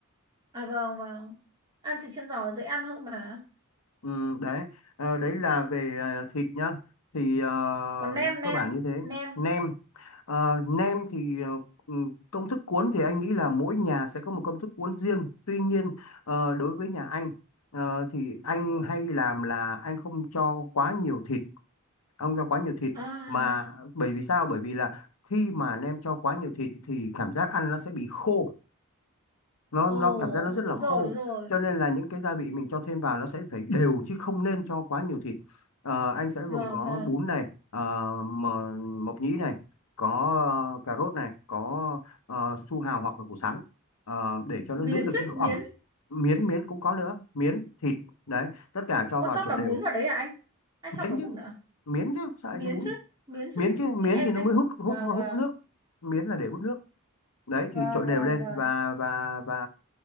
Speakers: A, on the right; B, on the left.
A: À vâng vâng. Ăn thịt chân giò là dễ ăn hơn mà.
B: Ừ, đấy Ờ, đấy là về ờ, thịt nhá thì ờ,
A: Còn nem
B: cơ
A: nem
B: bản như thế
A: nem.
B: nem Ờ, nem thì ờ, ừ, công thức cuốn thì anh nghĩ là mỗi nhà sẽ có một công thức cuốn riêng tuy nhiên ờ, đối với nhà anh ờ, thì anh hay làm là anh không cho quá nhiều thịt không cho quá nhiều thịt
A: À.
B: mà bởi vì sao bởi vì là khi mà nem cho quá nhiều thịt thì cảm giác ăn nó sẽ bị khô nó
A: Ồ
B: nó cảm giác nó rất là
A: đúng
B: khô
A: rồi đúng rồi.
B: cho nên là những cái gia vị mình cho thêm vào nó sẽ phải đều chứ không nên cho quá nhiều thịt Ờ, anh sẽ gồm
A: Vâng
B: có
A: vâng.
B: bún này ờ, mờ- mộc nhĩ này có ờ, cà rốt này có ờ, su hào hoặc là củ sắn ờ, để cho nó
A: Miến
B: giữ được
A: chứ
B: cái độ ẩm
A: miến.
B: miến miến cũng có nữa miến thịt đấy tất cả cho
A: Ô
B: vào
A: cho
B: trộn
A: cả bún
B: đều
A: vào đấy à anh? Anh
B: miến
A: cho cả bún
B: chứ
A: à?
B: miến chứ sao lại
A: Miến
B: cho bún
A: chứ miến
B: miến
A: chứ.
B: chứ
A: Thì
B: miến
A: em
B: thì nó
A: anh
B: mới hút hút
A: vâng
B: hút
A: vâng
B: nước miến là để hút nước đấy
A: vâng
B: thì trộn đều
A: vâng
B: lên
A: vâng.
B: và và và